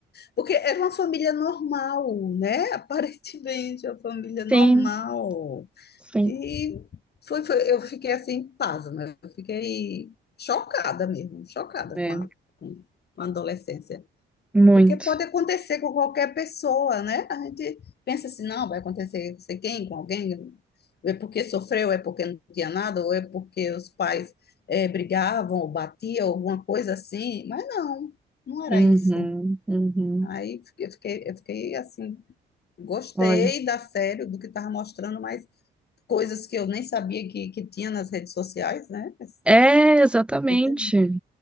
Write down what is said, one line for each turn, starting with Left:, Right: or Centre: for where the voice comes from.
Left: Porque era uma família normal, né? <laughs> Aparentemente, uma família normal.
Centre: Sim, sim.
Left: E foi, foi- eu fiquei assim, pasma, eu fiquei chocada mesmo, chocada
Centre: É,
Left: com a, com a adolescência.
Centre: muito.
Left: Porque pode acontecer com qualquer pessoa, né? A gente pensa assim, não, vai acontecer com sei quem, com alguém, é porque sofreu, é porque não tinha nada, ou é porque os pais eh, brigavam, ou batiam, alguma coisa assim. Mas não, não
Centre: Uhum,
Left: era isso.
Centre: uhum.
Left: Aí eu fiquei, eu fiquei assim, gostei
Centre: Olha.
Left: da série, do que estava mostrando, mas coisas que eu nem sabia que, que tinha nas redes sociais, né? Essa
Centre: É, exatamente.
Left: coisa,